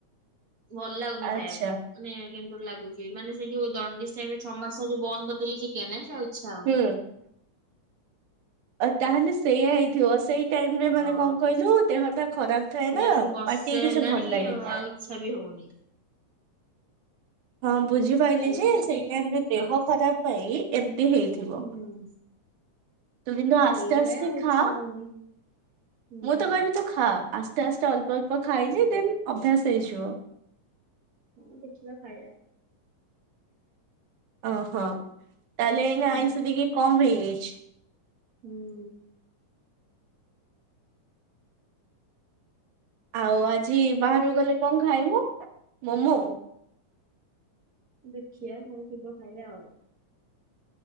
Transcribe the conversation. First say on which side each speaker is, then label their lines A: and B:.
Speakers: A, on the right; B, on the right.
A: ଭଲ ଲାଗୁନି ଖାଇବାକୁ
B: ଆଚ୍ଛା
A: ମାନେ କେମିତି ଗୋଟେ ଲାଗୁଚି ମାନେ ସେ ଯୋଉ ଦଣ୍ଡିସ୍ ସେବି ଛଅ ମାସ ଯୋଉ ବନ୍ଦ କରିଦେଲି ଚିକେନ୍ ସେ ଆଉ ଇଛା ହଉନି।
B: ହୁଁ। ଆଉ ତାହେଲେ ସେୟା ହେଇଥିବ ସେଇ ଟାଇମ୍ ରେ ମାନେ
A: ହଁ
B: କଣ କଇଲୁ ଦେହ ଟା ଖରାପ ଥାଏ
A: ସିଏ
B: ନା
A: ଆସିକି ବର୍ଷେ
B: ପାଟିି କି କିଛି
A: ହେଲାଣି
B: ଭଲ ଲାଗେନି।
A: ଆଉ ଇଚ୍ଛା ବି ହଉନି।
B: ହଁ ବୁଝିପାଇଲି
A: ଖାଉଛି
B: ଯେ
A: ଟିକେ
B: ସେଇ
A: ଟିକେ
B: ଟାଇମ୍
A: ଏମିତି
B: ରେ
A: ଖାଉଛି
B: ଦେହ ଖରାପ ପାଇଁ ଏମିତି ହେଇଥିବ।
A: ହୁଁ
B: ତୁ କିନ୍ତୁ ଆସ୍ତେ
A: ସେଇଥିପାଇଁ
B: ଆସ୍ତେ
A: ଆଉ
B: ଖା
A: ଇଚ୍ଛା ହଉନି। ହୁଁ
B: ମୁଁ ତ କହିବି ତୁ ଖା। ଆସ୍ତେ ଆସ୍ତେ ଅଳ୍ପ ଅଳ୍ପ ଖାଇଲେ ଦେନ୍ ଅଭ୍ୟାସ ହେଇଯିବ।
A: ହଁ ଦେଖିବା ଖାଇବା
B: ଓହୋ। ତାହେଲେ ଏଇନା
A: ହୁଁ
B: ଆଇଁଷ ଟିକେ କମ୍ ହେଇଯାଇ
A: ହୁଁ।
B: ଆଉ ଆଜି ବାହହାରକୁ ଗଲେ କଣ ଖାଇବ ମୋମୋ?
A: ଦେଖିଆ କଣ ଥିବ ଖାଇଆ ଆଉ।